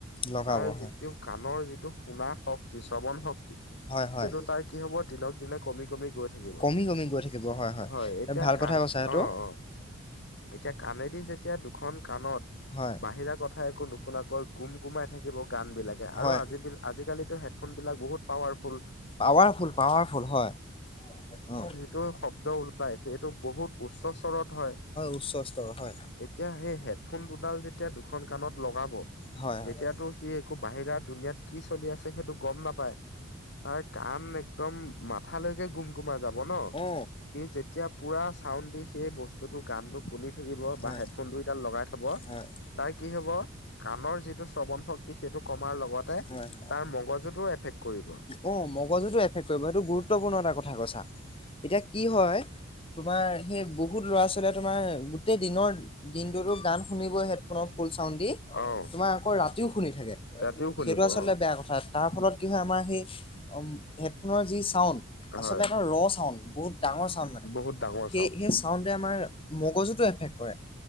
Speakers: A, on the left (about 25°); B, on the left (about 55°).
A: লগাব
B: তাৰ যিটো
A: হয়।
B: কাণৰ যিটো শুনা শক্তি শ্ৰৱণ শক্তি
A: হয়, হয়,
B: সেইটো তাৰ কি হ'ব দিনক দিনে কমি কমি গৈ থাকিব। হয়,
A: কমি কমি গৈ থাকিব
B: এতিয়া
A: ভাল
B: কাণ
A: কথা কৈছা সেইটো
B: অ' অ' এতিয়া কাণেদি যেতিয়া দুখন কাণত
A: হয়,
B: বাহিৰা কথা একো নুশুনাকৈ গুম গুমাই থাকিব কান বিলাকে
A: হয়,
B: আৰু আজি আজিকালিটো হেড ফোন বিলাক বহুত powerful.
A: Powerful powerful হয়, অ।
B: এইটো শব্দ ওলাই সেইটো বহুত উচ্চ স্বৰত হয়।
A: উচ্চ স্তৰ হয়।
B: এতিয়া সেই হেডফোন দুডাল যেতিয়া দুখন কাণত লগাব,
A: হয়
B: তেতিয়াতো
A: হয়
B: সি একো বাহিৰা দুুনীয়াত কি চলি আছে সেইটো গম নাপায়, তাৰ কাণ একদম মাথালৈকে গুম গুমাই যাব ন।
A: অ
B: সি যেতিয়া পুৰা চাউণ্ড দি সেই বস্তুতটো গানটো শুনি থাকিব
A: হয়
B: বা হেডফোন দুই দাল লগাই থ'ব,
A: হয়
B: তাৰ কি হ'ব কাণৰ যিটো শ্ৰৱণ শক্তি সেইটো কমাৰ লগতে
A: হয় হয়।
B: তাৰ মগজুটো এফেক্ট কৰিব।
A: অ' মগজুটো এফেক্ট কৰিব এইটো গুৰুত্বপূৰ্ণ এটা কথা কৈছা, এতিয়া কি হয় তোমাৰ সেই বহুত ল'ৰা-ছোৱালীয়ে তোমাৰ গোটেই দিনৰ দিনটো গান শুনিবই হেডফোনত ফুল চাউণ্ড দি,
B: অ
A: তোমাৰ আকৌ ৰাতিও শুনি থাকে।
B: ৰাতিও শুনিব
A: সেইটো আঁচলতে
B: অ
A: বেয়া কথা, তাৰ ফলত কি হয় আমাৰ সেই হেডফোনৰ যি চাউণ্ড আচলতে
B: হয়
A: এটা ৰ চাউণ্ড বহুত ডাঙৰ চাউণ্ড মানে,
B: বহুত ডাঙৰ
A: সেই সেই চাউণ্ড ৱে আমাৰ মগজুটো এফেক্ট কৰে,